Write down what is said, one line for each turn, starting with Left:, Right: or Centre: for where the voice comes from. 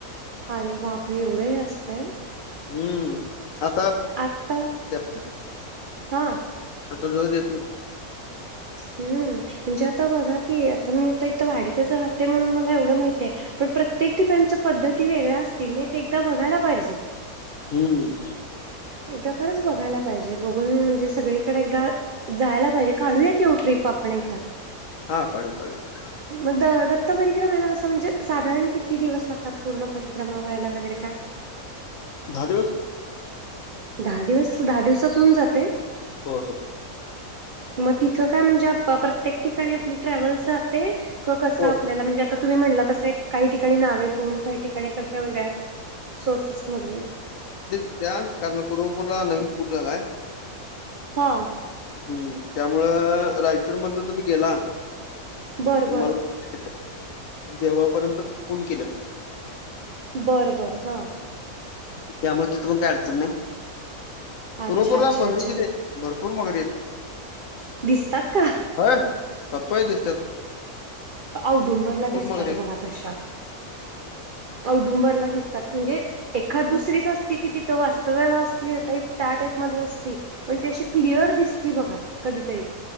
Right: अरे बापरे एवढं असतय.
Left: हम्म आता.
Right: आता
Left: <inaudible>
Right: हा.
Left: आता जाऊ देतो.
Right: हम्म म्हणजे आता बघा की आता मी आता इथं वाडीतच राहते म्हणून मला एवढं माहितीय आहे. पण प्रत्येक ठिकाच्या पद्धती वेगळ्या असतील नाही ते एकदा बघायला पाहिजे.
Left: हम्म.
Right: एकदा खरंच बघायला पाहिजे बघून म्हणजे सगळीकडे एकदा जायला पाहिजे काढूया. की ट्रिप आपण एकदा.
Left: हा, काढूया काढूया.
Right: मग द दत्त परिक्रमेला असं म्हणजे साधारण किती दिवस लागतात पूर्ण परिक्रमा व्हायला वगैरे काय?
Left: दहा दिवस.
Right: दहा दिवस दहा दिवसात होऊन जाते.
Left: हो, हो.
Right: मग तिथं काय म्हणजे प्रत्येक ठिकाणी आपली ट्रॅव्हल्स जाते कसं
Left: हो
Right: आपल्याला
Left: हो
Right: म्हणजे. तर तुम्ही म्हणला तसे काही ठिकाणी नावेतून काही ठिकाणी कशा वेगळ्या. सोर्सेस मधून.
Left: त्या कारण कुरोपूरला नवीन पूजा झालाय.
Right: हा.
Left: हम्म त्यामुळ रायचूर मधन तुम्ही गेला.
Right: बरं,
Left: तुम्हाला
Right: बरं.
Left: देवापर्यंत फूल केलं.
Right: बरं, बरं ह.
Left: त्यामुळे तिथं पण काय अडचण नाही कुरूपपूर
Right: अच्छा अच्छा
Left: मगरी
Right: अच्छा
Left: तिथ भरपूर मगरी आहेत.
Right: दिसतात का?
Left: हा सप्राईज दिसतात.
Right: औदुंबरला
Left: भरपूर
Right: दिसतात
Left: मगरी आहेत
Right: बघा तशा. औदुंबरला दिसतात म्हणजे. एखाद दुसरीच असती ती तिथं वास्तव्याला असते टाईप त्या टाईपमध्येध्ये असती पण त्या अशी क्लिअर दिसती बघा कधीतरी